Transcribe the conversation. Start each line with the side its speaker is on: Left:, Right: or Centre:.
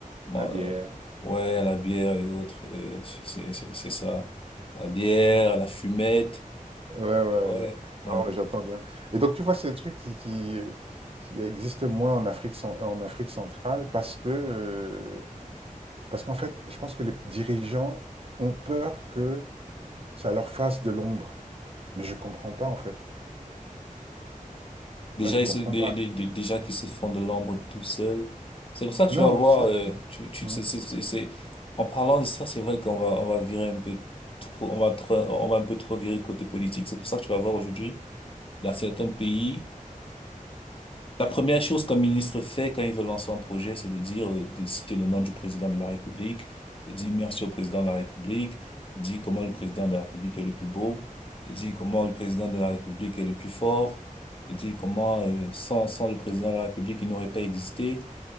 Left: Bon,
Right: La bière.
Left: euh, ouais, la bière et autres, euh, c'est c'est c'est ça. La bière,
Right: Mmh.
Left: la fumette,
Right: Ouais, ouais, ouais.
Left: euh, ouais,
Right: ouais. Non,
Left: ouais.
Right: mais j'entends bien. Et donc tu vois, c'est un truc qui qui, heu, qui existe moins en Afrique cen en Afrique centrale parce que, heu, parce qu'en fait, je pense que les dirigeants ont peur que ça leur fasse de l'ombre. Mais je comprends pas en fait.
Left: Déjà
Right: Moi, je
Left: ils
Right: comprends
Left: se, dé-
Right: pas.
Left: dé- dé- déjà qu'ils se font de l'ombre tout seuls. C'est pour ça que
Right: Non,
Left: tu vas voir,
Right: mais c'est
Left: euh, tu tu
Right: mmh.
Left: c'est c'est c'est c'est- en parlant de ça, c'est vrai qu'on va on va virer un peu trop, on va trop, on va un peu trop virer côté politique. C'est pour ça que tu vas voir aujourd'hui dans certains pays. La première chose qu'un ministre fait quand il veut lancer un projet, c'est de dire, euh, de citer le nom du président de la République, il dit merci au président de la République, il dit comment le président de la République est le plus beau, il dit comment le président de la République est le plus fort, il dit comment euh, sans, sans le président de la République, il n'aurait pas existé.